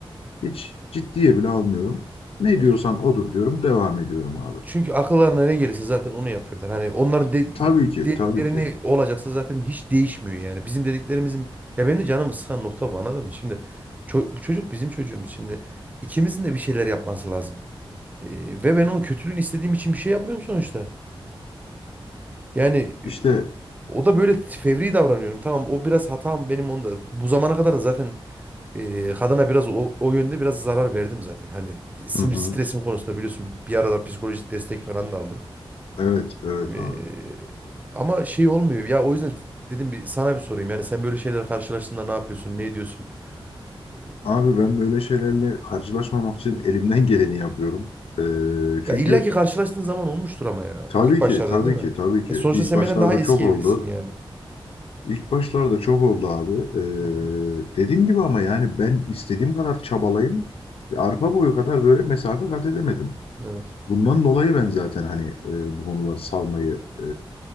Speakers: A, on the left; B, on the right.
A: hiç ciddiye bile almıyorum. Ne
B: E,
A: diyorsan odur diyorum, devam ediyorum abi.
B: Çünkü akıllarına ne gelirse zaten onu yapıyorlar. Hani onların de-
A: Tabii ki,
B: dediklerini
A: tabii ki.
B: olacaksa zaten hiç değişmiyor yani. Bizim dediklerimizin ya benim de canımı sıkan nokta bu anladın mı? Şimdi ço- bu çocuk bizim çocuğumuz. Şimdi ikimizin de bir şeyler yapması lazım. Ee, ve ben onun kötülüğünü istediğim için bir şey yapmıyorum sonuçta. Yani e,
A: İşte
B: o da böyle fevri davranıyorum. Tamam o biraz hatam benim onda. Bu zamana kadar da zaten e, kadına biraz o, o yönde biraz zarar verdim zaten. Hani sinir
A: hı hı,
B: stresim konusunda biliyorsun bir aralar psikolojik destek falan da aldım.
A: evet, evet
B: Ee,
A: abi.
B: ama şey olmuyor. Ya o yüzden dedim bir sana bir sorayım. Yani sen böyle şeyler karşılaştığında ne yapıyorsun? Ne ediyorsun? Ee,
A: Abi ben böyle şeylerle karşılaşmamak için elimden geleni yapıyorum. Ee,
B: ya
A: çünkü
B: illa ki karşılaştığın zaman olmuştur ama ya.
A: tabii
B: İlk başlarda
A: ki, tabii
B: değil mi?
A: ki, tabii ki
B: E sonuçta
A: ilk
B: sen
A: başlarda
B: benden daha eski
A: çok oldu.
B: evlisin yani.
A: İlk başlarda çok oldu abi. Ee,
B: Hı-hı.
A: dediğim gibi ama yani ben istediğim kadar çabalayayım. Arpa boyu kadar böyle mesafe kat edemedim.
B: Evet.
A: Bundan dolayı ben zaten hani e, bu konuları salmayı e,